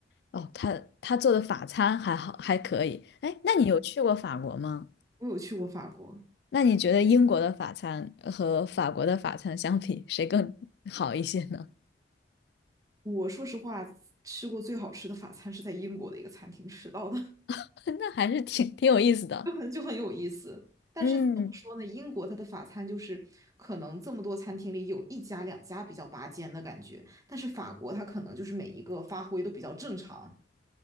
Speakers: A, on the left; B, on the right.
A: 哦，他他做的法餐还好，还可以。哎，那你有去过法国吗？
B: 我有去过法国，
A: 那你觉得英国的法餐和法国的法餐相比，谁更好一些呢？
B: 我说实话吃过最好吃的法餐是在英国的一个餐厅吃到的，
A: <laughs> 那还是挺挺有意思的。
B: <laughs> 就很就很有意思。但是怎么说呢？
A: 嗯，
B: 英国它的法餐就是可能这么多餐厅里有一家两家比较拔尖的感觉，但是法国它可能就是每一个发挥都比较正常。